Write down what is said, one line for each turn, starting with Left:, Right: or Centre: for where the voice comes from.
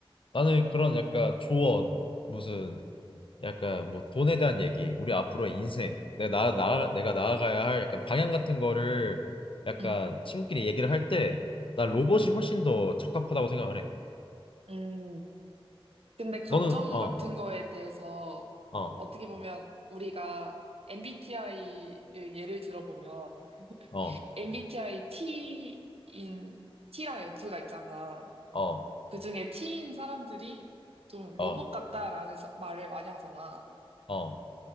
Left: 나는 그런 약간 조언 무슨 약간 뭐 돈에 대한 얘기, 우리 앞으로의 인생, 내가 나, 나 내가 나아가야 할 약간 방향 같은 거를 약간
Right: 응,
Left: 친구끼리 얘기를 할 때 나 로봇이 훨씬 더 적합하다고 생각을 해.
Right: 응. 근데 감정
Left: 너는 어,
Right: 같은 거에 대해서
Left: 어,
Right: 어떻게 보면 우리가 MBTI를 예를 들어보면
Left: 어,
Right: MBTI T인, T랑 F가 있잖아.
Left: 어,
Right: 그중에 T인 사람들이 좀 로봇
Left: 어,
Right: 같다라는 사- 말을 많이 하잖아.
Left: 어,